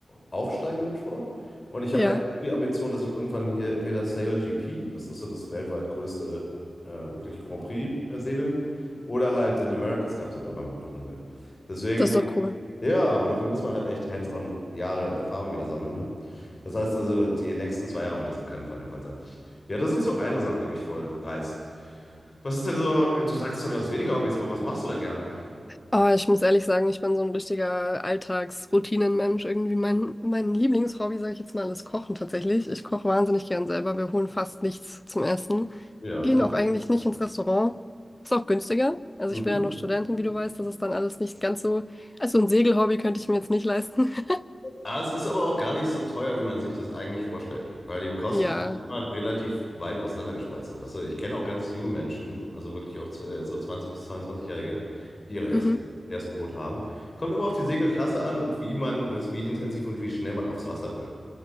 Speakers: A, on the left; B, on the left.
A: aufsteigen in dem Sport. Und ich habe
B: Ja,
A: eigentlich die Ambition, dass ich irgendwann hier entweder Sail GP, das ist so das weltweit größte äh, wirklich Grand Prix äh, segeln, oder halt den America's Cup sogar mal mitmachen will. Deswegen
B: das ist doch cool.
A: ja, aber dafür muss man halt echt hands-on Jahre Erfahrung wieder sammeln, ne? Das heißt also, die nächsten zwei Jahre wird das auf keinen Fall der Fall sein. Ja, das ist so eine Sache, die mich voll reizt. Was ist denn so, du sagst zwar, du hast weniger Hobbys, aber was machst du denn gerne?
B: Aber ich muss ehrlich sagen, ich bin so ein richtiger Alltagsroutinenmensch. Irgendwie mein, mein Lieblingshobby, sage ich jetzt mal, ist Kochen tatsächlich. Ich koche wahnsinnig gern selber. Wir holen fast nichts zum Essen.
A: Ja,
B: gehen
A: das
B: auch eigentlich nicht ins Restaurant. Ist auch günstiger. Also
A: so.
B: ich bin ja noch Studentin, wie du weißt, das ist dann alles nicht ganz so. Also ein Segelhobby könnte ich mir jetzt nicht leisten. <laughs>
A: Ah, es ist aber auch gar nicht so teuer, wie man sich das eigentlich vorstellt, weil die Kosten
B: Ja.
A: halt immer relativ weit auseinandergespreizt sind. Weißt du, ich kenne auch ganz junge Menschen, also wirklich auch zu- äh, so zwanzig bis zweiundzwanzig jährige die ihre ersten,
B: Mhm.
A: ersten Boot haben. Kommt immer auf die Segelklasse an und wie man, weißt du, wie intensiv und wie schnell man aufs Wasser will.